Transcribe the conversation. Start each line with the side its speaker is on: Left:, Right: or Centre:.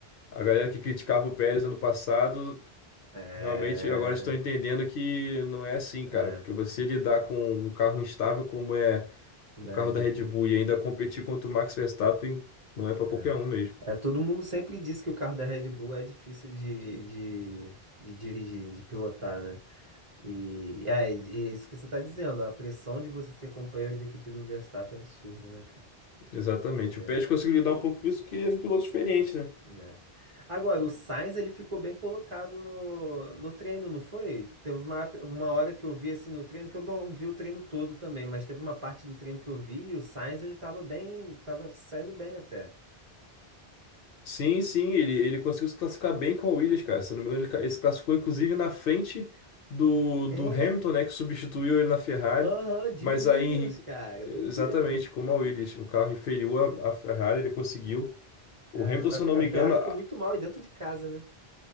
Left: A galera que criticava o Pérez ano passado
Right: É.
Left: Realmente, eu agora estou entendendo que não é assim, cara,
Right: É.
Left: porque você lidar com um carro instável como é
Right: O
Left: o
Right: da
Left: carro
Right: Red
Left: da Red
Right: Bull.
Left: Bull e ainda competir contra o Max Verstappen não é para qualquer
Right: É.
Left: um mesmo.
Right: É, todo mundo sempre diz que o carro da Red Bull é difícil de, de, de dirigir, de pilotar, né? E é, e é isso que você tá dizendo. A pressão de você ser companheiro de equipe do Verstappen é absurda, né, cara?
Left: Exatamente.
Right: Doideira.
Left: O Pérez conseguiu lidar um pouco com isso, que ele é um piloto experiente, né?
Right: É. Agora, o Sainz ele ficou bem colocado no, no treino, não foi? Teve uma, época- uma hora que eu vi assim no treino, que eu não vi o treino todo também, mas teve uma parte do treino que eu vi e o Sainz ele tava bem, tava saindo bem até.
Left: Sim, sim, ele, ele conseguiu se classificar bem com a Williams, cara. Se eu não me engano, ele, ca- ele se classificou inclusive na frente do, do
Right: É,
Left: Hamilton, né, que substituiu ele na Ferrari,
Right: aham, de
Left: mas
Right: Williams,
Left: aí,
Right: cara, doideira.
Left: exatamente como a Williams, um carro inferior à à Ferrari, ele conseguiu.
Right: Caramba,
Left: O Hamilton, se
Right: a Fer-
Left: eu não me
Right: a Ferrari
Left: engano,
Right: foi muito mal e dentro de casa, né?